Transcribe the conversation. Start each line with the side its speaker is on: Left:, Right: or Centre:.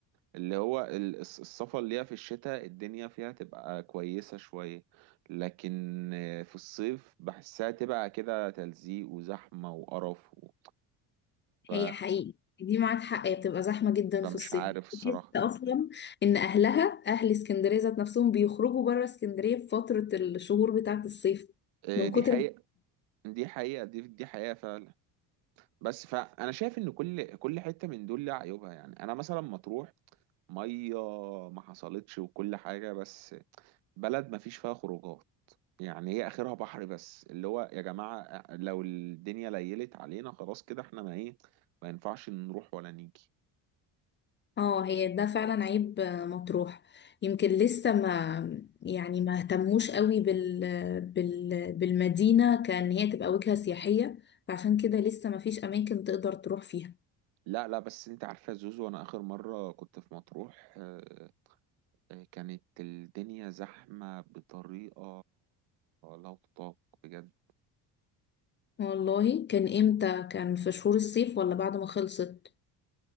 Right: اللي هو ال- الس- السفر اللي هي في الشتاء الدنيا فيها تبقى كويسة شوية لكن في الصيف بحسها تبقى كده تلزيق وزحمة وقرف و... ف...
Left: هي حقيقي دي معاك حق هي بتبقى زحمة جدا
Right: فمش
Left: في الصيف
Right: عارف الصراحة
Left: بحس أصلا إن أهلها أهل اسكندرية ذات نفسهم بيخرجوا بره اسكندرية في فترة الشهور بتاعة الصيف
Right: إيه،
Left: من
Right: دي
Left: كتر
Right: حقيقة دي حقيقة دي دي حقيقة فعلا بس فأنا شايف إن كل كل حتة من دول لها عيوبها يعني أنا مثلا مطروح مية ما حصلتش وكل حاجة بس بلد ما فيش فيها خروجات يعني هي اخرها بحر بس اللي هو يا جماعة لو الدنيا ليلت علينا خلاص كده احنا ما ايه ما ينفعش نروح ولا نيجي
Left: اه هي ده فعلا عيب آه، مطروح يمكن لسه ما يعني ما اهتموش قوي بال... بال... بالمدينة كأن هي تبقى وجهة سياحية فعشان كده لسه ما فيش أماكن تقدر تروح فيها
Right: لا لا بس انت عارفة يا زوزو انا اخر مرة كنت في مطروح آه، آه، كانت الدنيا زحمة بطريقة لا تطاق بجد
Left: والله كان امتى كان في شهور الصيف ولا بعد ما خلصت